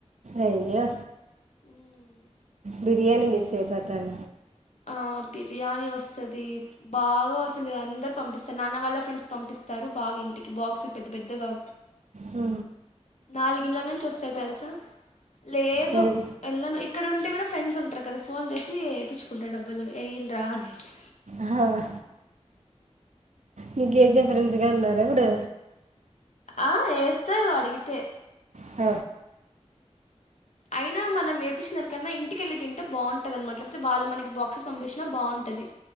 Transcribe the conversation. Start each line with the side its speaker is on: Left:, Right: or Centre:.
Right: అయ్యా
Left: మ్మ్.
Right: బిరియాని మిస్ అయి పోతార్
Left: ఆ బిర్యానీ వస్తుది బాగ అసలు అందరు పంపిస్తారు నాన్న వాళ్ళ ఫ్రెండ్స్ పంపిస్తారు బాగా ఇంటికి బాక్సు పెద్ద పెద్దగా
Right: ఆ
Left: నాలుగిండ్ల నుంచి వస్తాయి తెలుసా లేదు
Right: వెళ్
Left: వెళను ఇక్కడ ఉండి టే కూడా ఫ్రెండ్స్ ఉంటారు కదా ఫోన్ చేసి యైపించుకుంటాను డబ్బులు ఏ యండి రా అనేసి
Right: హ్మ్మ్ నీకేసే ఫ్రెండ్స్ గాని ఉన్నారా అప్పుడు
Left: ఆ యేస్తారు అడిగితే
Right: హ
Left: అయినా మనం ఏపించిన దానికన్నా ఇ ఇంటికెళ్ళి తింటే బాగుంటదన మాట వాళ్ళు మనకి బాక్సెస్ పంపినా బాగుంటది